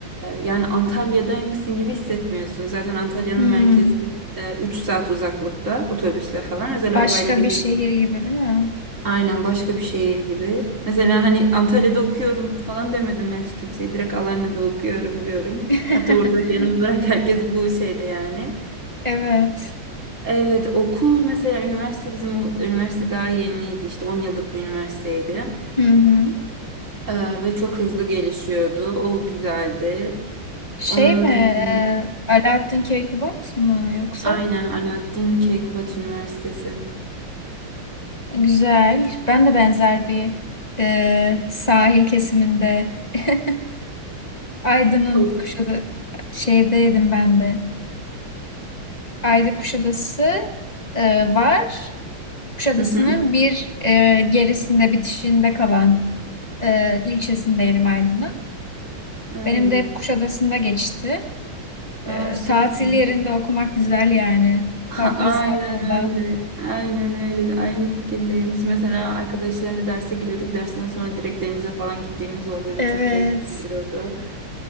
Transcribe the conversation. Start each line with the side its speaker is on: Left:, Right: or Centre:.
Right: yani Antalya'daymışsın gibi hissetmiyorsun. Zaten Antalya'nın
Left: Hı.
Right: merkezi 3 saat uzaklıkta otobüsle falan özel
Left: Başka
Right: arabayla gidince
Left: bir şehir
Right: de
Left: gibi değil mi?
Right: aynen başka bir şehir gibi. Mesela hani Antalya'da okuyorum falan demedim ben hiç kimseye. Direkt Alanya'da okuyorum diyorum.
Left: <laughs>
Right: Hatta orada genel olarak <laughs> herkes bu şeyde yani.
Left: Evet.
Right: Evet okul mesela üniversite bizim o- üniversite daha yeniydi işte 10 yıllık bir üniversiteydi.
Left: Hı hı.
Right: Ee, ve çok hızlı gelişiyordu. O güzeldi.
Left: Şey
Right: Onun
Left: mi?
Right: dışında
Left: e, Alaaddin Keykubat mı yoksa?
Right: aynen Alaaddin Keykubat Üniversitesi.
Left: Güzel. Ben de benzer bir e, sahil kesiminde <laughs> Aydın'ın
Right: O-
Left: kuşadı şeydeydim ben de. Ayda Kuşadası e, var. Kuşadası'nın
Right: Hı hı.
Left: bir e, gerisinde, bitişinde kalan e, ilçesindeydim Aydın'ın.
Right: Aynen.
Left: Benim de hep Kuşadası'nda geçti. E,
Right: Aa, süper.
Left: tatil yerinde okumak güzel yani.
Right: <laughs>
Left: Haklısın
Right: Aynen
Left: o konuda.
Right: öyle. Aynen öyle. Aynı fikirdeyim. Biz mesela arkadaşlarla derse giriyorduk. Dersinden sonra direkt denize falan gittiğimiz oluyordu.
Left: Evet,
Right: Çok keyifli oluyordu.